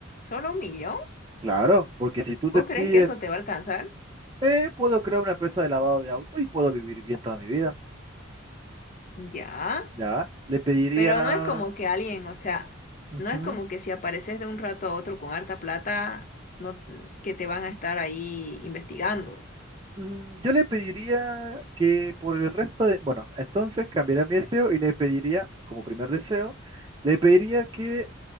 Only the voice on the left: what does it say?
¿Solo un millón?
¿Vos
crees que eso te va a alcanzar?
Ya,
pero no es como que alguien, o sea, s-
no es como que si apareces de un rato a otro con harta plata, no que te van a estar ahí investigando.